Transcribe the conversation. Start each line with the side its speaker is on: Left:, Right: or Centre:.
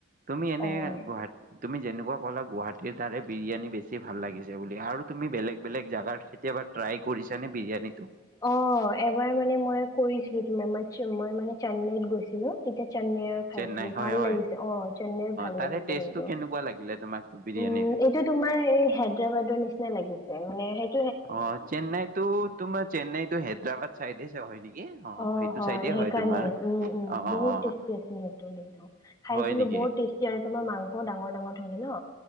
Right: তুমি এনে
Left: অ',
Right: গুৱাহ তুমি যেনে <unintelligible> গুৱাহাটীৰ তাৰে বিৰিয়ানী বেছি ভাল লাগিছে বুলি আৰু তুমি বেলেগ বেলেগ জাগাত কেতিয়াবা ট্ৰাই ক কৰিচানে বিৰিয়ানীটো?
Left: অ', এবাৰ মানে মই কৰিছিলো, তোমাৰ মই মানে চেন্নাইত গৈছিলো তেতিয়া চেন্নাইৰ
Right: চেন্নাই
Left: খাইছিলো
Right: হয়
Left: ভাল
Right: হয়
Left: লাগিছে অ', চেন্নাইৰ ভাল
Right: তাৰে
Left: লাগিছে
Right: টেষ্টটো
Left: কিন্তু।
Right: কেনেকুৱা লাগিলে তোমাক বিৰিয়ানীৰ?
Left: উম, এইটো তোমাৰ এই হায়দৰাবাদৰ নিচিনা লাগিছে মানে হে
Right: অ', চেন্নাইতো তোমাৰ চেন্নাইতো হেদ্ৰাবাদ চাইদে হয় নেকি?
Left: অ',
Right: সেইটো
Left: হয়,
Right: চাইডে
Left: সেইকাৰণে
Right: তোমাৰ
Left: উম উম,
Right: অ', অ',
Left: বহুত
Right: অ',
Left: টেষ্টি আছিলে, সেইটো কিন্তু খাইছিলো
Right: হয় নেকি
Left: ব বৰ টেষ্টি আৰু তোমাৰ মাংস ডাঙৰ ডাঙৰ থাকে ন,